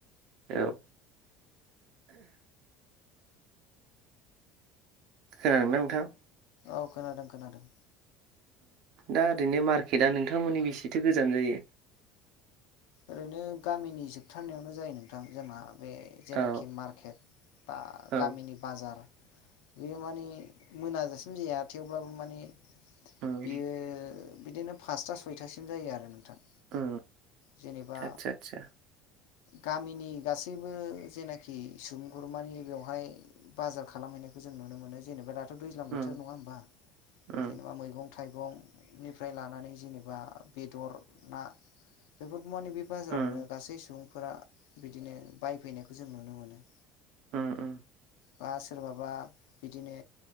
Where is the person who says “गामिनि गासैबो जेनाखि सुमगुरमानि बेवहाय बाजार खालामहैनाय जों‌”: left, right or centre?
Left